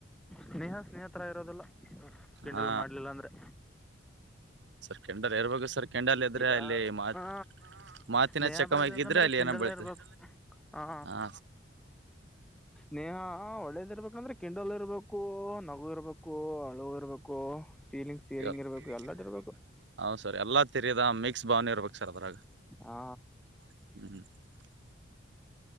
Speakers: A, in the centre; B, on the right.
A: ಸ್ನೇಹ ಸ್ನೇಹ ತರ ಆಗಿರಲ್ಲ ಕಿಂಡಲ್
B: ಹಾ
A: ಮಾಡ್ಲಿಲ್ಲ ಅಂದ್ರೆ
B: ಕಿಂಡಲ್ ಇರ್ಬೇಕು ಸರ್ ಕೆಂಡಲ್ ಇದ್ರೆ
A: ಈಗ
B: ಅಲ್ಲಿ ಮಾತ್
A: ಆ
B: ಮಾತಿನ
A: ಸ್ನೇಹ
B: ಚಕಮಕಿ
A: ಬೆಳಿ ಬೇಕಂದ್ರೆ
B: ಇದ್ರೆ ಅಲ್ಲಿ
A: ಕಿಂಡಲ್
B: ಏನೋ ಬೆಳಿತದೆ
A: ಇರಬೇಕು ಆ
B: ಹಾ
A: ಸ್ನೇಹ ಒಳ್ಳೆದಿರಬೇಕು ಕಿಂಡಲ್ ಇರಬೇಕು ಓ ನಗು ಇರಬೇಕು ಅಳು ಇರಬೇಕು <unintelligible> ಫೀಲಿಂಗ್
B: ಹಾ
A: ಫೀಲಿಂಗ್ಸ್ ಇರಬೇಕು ಎಲ್ಲಾನೂ ಇರಬೇಕು
B: ಹೌದ್ ಸರ್ ಎಲ್ಲಾ ತಿರಿಯದ ಮಿಕ್ಸ್ ಭಾವನೆ ಇರಬೇಕು ಸರ್ ಅದರಾಗ
A: ಆ
B: <inaudible>